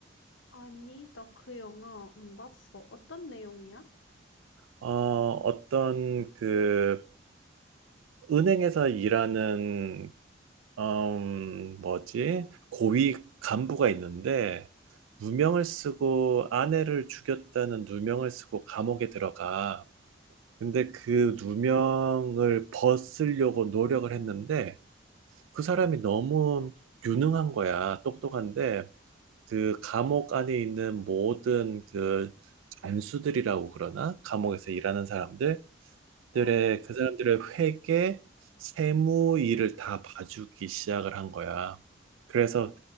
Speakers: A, on the left; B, on the right.
A: 아니, 나 그 영화 안 봤어. 어떤 내용이야?
B: 어, 어떤 그 은행에서 일하는, 음, 뭐지? 고위 간부가 있는데, 누명을 쓰고 아내를 죽였다는 누명을 쓰고 감옥에 들어가. 근데 그 누명을 벗으려고 노력을 했는데, 그 사람이 너무 유능한 거야. 똑똑한데, 그 감옥 안에 있는 모든 그 간수들이라고 그러나? 감옥에서 일하는 사람들?
A: 어,
B: 들의 그 사람들의 회계, 세무 일을 다 봐주기 시작을 한 거야. 그래서